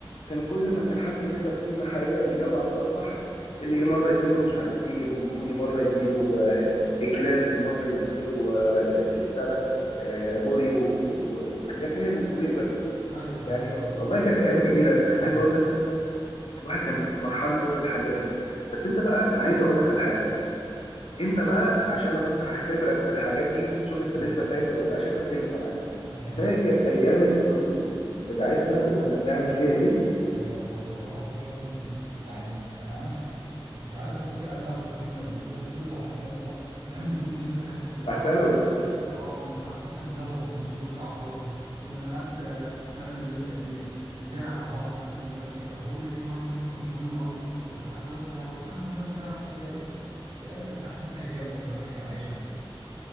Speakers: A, on the left; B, on the right.
A: كان كل ما كان حد يكسب فينا حاجة يجاوب على السؤال صح اللي مرة يديله مش عارف ايه بونبوني مرة يديله آه، اكليرز مرة يديله آه، بتاع ده آه، بوري و- و- والحاجات اللي هي الويفر دي
B: ايوه ايوه
A: يعني
B: بالظبط
A: والله كانت ايام جميلة
B: بوري.
A: عايز اقول لك الواحد كان بيبقى فرحان قوي بالحاجات دي بس انت بقى انا عايز اقول لك على حاجة انت بقى عشان ابص هختبرك في الحاجات دي شوف انت
B: ايوه
A: لسه فاكر ولا لأ، عشان انت بتنسى انا عارف
B: ماشي
A: فاكر ايام الدروس بتاعتنا وكنا بنعمل فيها ايه
B: يا بجد والله كانت بجد من يعني يعني انا مش مش عارف افتكر اني لحظه فيهم كانت بجد كل اللحظات جميله ايام الدروس دي فاكر احنا كنا ساعات
A: على ثانوي
B: مثلا ايه ساعات كنا ساعات مثلا نزوغ من الدروس ونروح نلعب كوره كنا ساعات آه، نقعد ند- آه، ن- نداري على بعض مثلا يقول لك طب بقول لك ايه النهارده الحصه مش مهمه قوي طب تعالى بس يا عم هنقعد نلعب شويه وبتاع بجد كانت احسن <laughs> ايام والله الواحد كان عايشها بجد